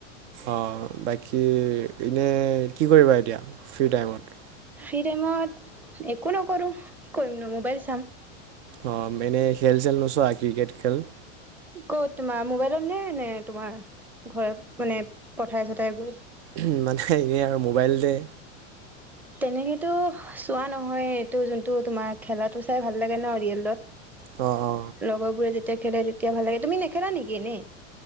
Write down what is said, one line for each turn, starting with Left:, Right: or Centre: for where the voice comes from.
Right: অ বাকী, এনে কি কৰিবা এতিয়া? ফ্ৰী টাইমত?
Centre: ফ্ৰী টাইমত, একো নকৰো, কি কৰিম নো মোবাইল চাম।
Right: অ, মানে খেল চেল নুচোৱা? ক্ৰিকেট খেল?
Centre: ক'ত তোমাৰ মোবাইলত নে, নে তোমাৰ ঘৰত মানে পথাৰ চথাই গৈ?
Right: উম মানে এনে আৰু মোবাইলতে-
Centre: তেনেকেতো, চোৱা নহয় এইটো যোনটো তোমাৰ খেলাটো চাই ভাল লাগে ন ৰিয়েলত।
Right: অ অ
Centre: লগৰ বোৰে যেত খেলে তেতিয়া ভাল লাগে, তুমি নেখেলা নেকি এনে?